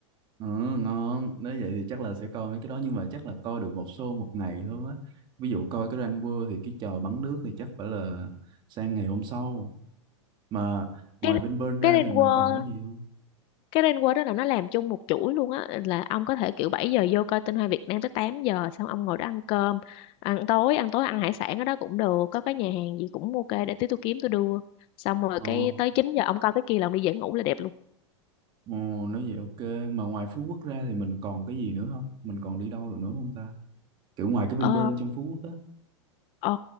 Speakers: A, on the right; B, on the left.
A: ừ ngon nếu vậy thì chắc là sẽ coi mấy cái đó nhưng mà chắc là coi được một show một ngày thôi á ví dụ coi cái Ranh World thì cái trò bắn nước thì chắc phải là sang ngày hôm sau mà ngoài
B: cái
A: Vinpearl ra
B: cái Rainbow
A: thì mình còn cái gì không
B: cái Rainbow đó là nó làm chung một chuỗi luôn á là ông có thể kiểu 7 giờ vô coi tinh hoa Việt Nam tới 8 giờ xong ông ngồi đó ăn cơm ăn tối ăn tối ăn hải sản ở đó cũng được có cái nhà hàng gì cũng ok để tí tôi kiếm tôi đưa xong rồi
A: ồ
B: cái tới 9 giờ ông coi cái kia là ông đi về ngủ là đẹp luôn
A: ồ nói vậy ok mà ngoài Phú Quốc ra thì mình còn cái gì nữa không mình còn đi đâu được nữa không ta kiểu ngoài cái
B: ờ
A: Vinpearl trong Phú Quốc á
B: Ờ,